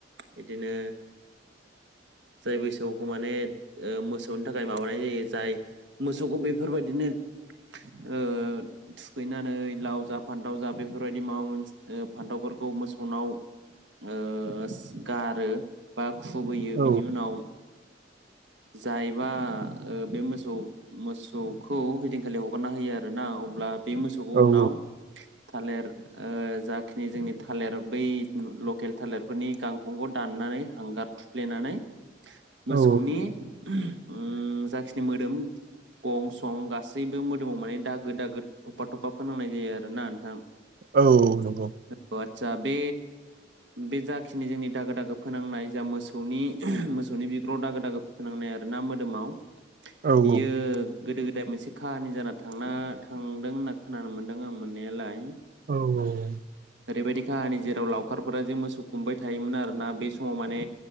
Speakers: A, on the right; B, on the right.
A: बिदिनो जाय बैसागुखौ माने ओ मोसौनि थाखाय माबानाय जायो जाय मोसौखौ बेफोरबायदिनो ओ थुखैनानै लाव जा फान्थाव जा बेफोरबायदि माबा मोन फान्थावफोरखौ मोसौनाव ओस गारो बा खुबैयो
B: औ
A: बिनि उनाव जायबा बे मोसौ मोसौखौ हदिनखालि हगारना होयो आरोना ब्ला बे मोसौखौ
B: औ
A: उनाव थालिर ओ जाखिनि जोंनि थालिर बै लकेल थालिरफोरनि गांखंखौ दाननानै हांगार थुफ्लेनानै मोसौनि
B: औ
A: ओम जाखिनि मोदोम गं सं गासैबो मोदोमाव माने दागो दागो थफा थफा फोनांनाय जायो आरो ना नोंथां।
B: औ नंगौ।
A: औ आदसा बे बे जाखिनि जोंनि दागो दागो फोनांनाय जा मोसौनि मोसौनि बिगुराव दागो दागो फोनांनाय आरोना मोदोमाव
B: औ
A: बियो
B: औ
A: गोदो गो मोनसे काहानि जाना थांना थांदों होनना खोनानो मोन्दों आं मोननायालाय।
B: औ औ।
A: ओरैबायदि काहानि जेराव लावखारफोरा जे मोसौ गुमबाय थायोमोन आरोना बे समाव माने